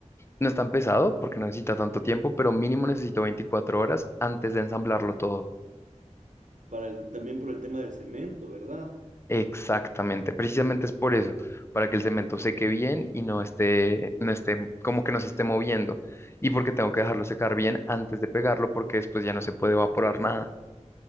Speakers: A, on the left; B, on the right.
A: no es tan pesado, porque no necesita tanto
B: ujú.
A: tiempo, pero mínimo necesito 24 horas antes de ensamblarlo todo.
B: Para el, también por el tema del cemento, ¿verdad?
A: Exactamente, precisamente es por eso, para que el cemento seque bien y no esté, no esté, como que no se esté moviendo, y porque tengo que dejarlo secar bien antes de pegarlo, porque después ya no se puede evaporar nada.